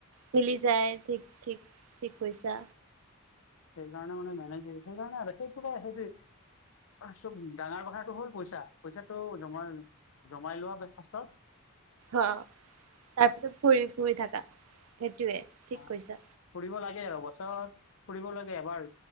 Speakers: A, on the right (about 85°); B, on the left (about 70°).
A: মিলি যায় ঠিক ঠিক ঠিক কৈছা।
B: সেইকাৰণে মানে মেনেজ সেই সেইকাৰণে আৰু সেইটো সেইটোৱে। চব ডাঙৰ কথাটো হ'ল পইচা, পইচাটো জমাই জমাই লোৱা পাছত
A: অ' তাৰপিছত ফুৰি ফুৰি থাকা। সেইটোয়ে ঠিক
B: অ'
A: কৈছা
B: ফুৰিব লাগে আৰু <unintelligible> অত ফুৰিব লাগে এবাৰ,